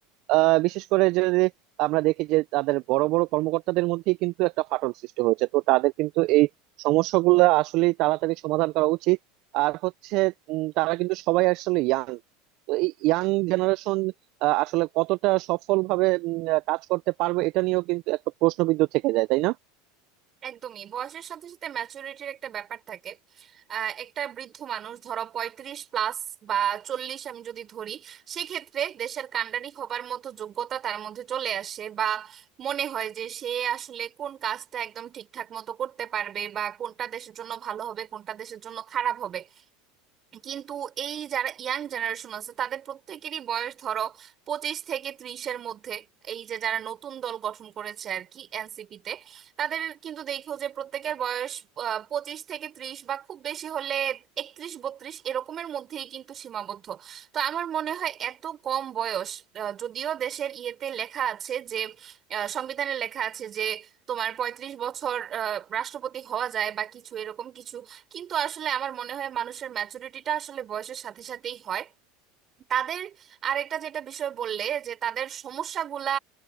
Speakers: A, on the right; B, on the right.
A: আহ বিশেষ করে যদি আমরা দেখি যে তাদের বড় বড় কর্মকর্তাদের মধ্যেই কিন্তু একটা ফাটল সৃষ্টি হয়েছে তো তাদের কিন্তু এই সমস্যাগুলো আসলেই তাড়াতাড়ি সমাধান করা উচিত আর হচ্ছে উম, তারা কিন্তু সবাই আসলে ইয়াং তো এই ইয়াং জেনারেশন আসলে কতটা সফলভাবে উম, কাজ করতে পারবে এটা নিয়েও কিন্তু একটা প্রশ্নবিদ্ধ থেকে যায় তাই না
B: একদমই বয়সের সাথে সাথে ম্যাচুরিটির একটা ব্যাপার থাকে আহ, একটা বৃদ্ধ মানুষ ধরো পঁয়ত্রিশ প্লাস বা চল্লিশ আমি যদি ধরি সেক্ষেত্রে দেশের কাণ্ডারি হবার মতো যোগ্যতা তার মধ্যে চলে আসে বা মনে হয় যে সে আসলে কোন কাজটা একদম ঠিকঠাক মতো করতে পারবে বা কোনটা দেশের জন্য ভালো হবে কোনটা দেশের জন্য খারাপ হবে কিন্তু এই যারা ইয়াং জেনারেশন আছে তাদের প্রত্যেকেরই বয়স ধরো পঁচিশ থেকে ত্রিশের মধ্যে এই যে যারা নতুন দল গঠন করেছে আর কি এনসিপি তে তাদের কিন্তু দেখো যে প্রত্যেকের বয়স আহ, পঁচিশ থেকে ত্রিশ বা খুব বেশি হলে একত্রিশ বত্রিশ এরকমের মধ্যেই কিন্তু সীমাবদ্ধ তো আমার মনে হয় এত কম বয়স আহ, যদিও দেশের ইয়েতে লেখা আছে যে আহ, সংবিধানে লেখা আছে যে তোমার পঁয়ত্রিশ বছর আহ, রাষ্ট্রপতি হওয়া যায় বা কিছু এরকম কিছু কিন্তু আসলে আমার মনে হয় মানুষের ম্যাচুরিটিটা আসলে বয়সের সাথে সাথেই হয় তাদের আরেকটা যেটা বিষয় বললে যে তাদের সমস্যাগুলা